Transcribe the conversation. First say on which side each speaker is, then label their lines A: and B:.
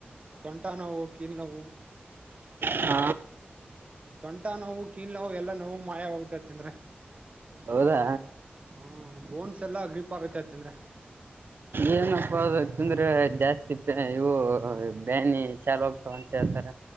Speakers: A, on the right; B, on the right.
A: ಸೊಂಟ ನೋವು, ಕೀಲ್ ನೋವು,
B: ಹಾ,
A: ತೊಂಟ ನೋವು, ಕೀಲ್ ನೋವು ಎ, ಲ್ಲಾ ನೋವು ಮಾಯವಾಗುತ್ತೆ ಅದ ತಿಂದ್ರೆ.
B: ಹೌದಾ.
A: ಹ್ಮ ಬೋನ್ಸ್ ಎಲ್ಲಾ ಗ್ರಿಪ್, ಆಗುತ್ತೆ ತಿಂದ್ರೆ
B: ಎನು ಅಪ ಅದು. ತಿಂದ್ರ ಜಾಸ್ತಿ ಇವು ಪ ಬ್ಯಾನಿ ಚಾಲು ಆಗ್ತವ ಅಂತ ಹೇಳ್ತಾರ.